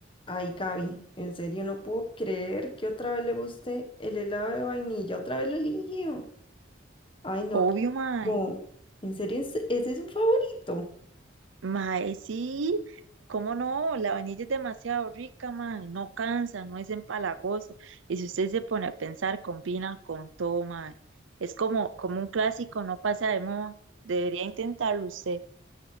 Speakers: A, on the left; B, on the right.
A: Ay, Gaby, en serio no puedo creer que otra vez le guste el helado de vainilla. Otra vez lo eligió. Ay, no,
B: Obvio,
A: qué
B: mae.
A: asco. En serio, ¿Es- ese es su favorito.
B: Mae, sí. ¿Cómo no? La vainilla es demasiado rica, mae. No cansa, no es empalagoso. Y si usted se pone a pensar, combina con todo, mae. Es como, como un clásico, no pasa de moda. Debería intentarlo usted.